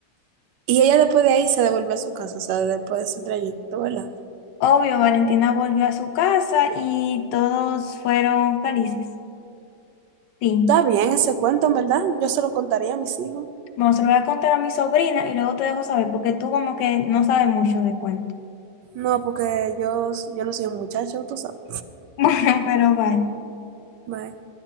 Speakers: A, on the right; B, on the left.
A: Y ella después de ahí se devolvió a su casa, o sea, después de ese trayecto, ¿verdad?
B: Obvio, Valentina volvió a su casa y todos fueron felices. Fin.
A: Está bien ese cuento, en ¿verdad? Yo se lo contaría a mis hijos.
B: Bueno, se lo voy a contar a mi sobrina y luego te dejo saber porque tú como que no sabes mucho de cuento. <laughs>
A: No, porque yo, yo no soy un muchacho, tú sabes.
B: Bueno, pero vaya.
A: Bye.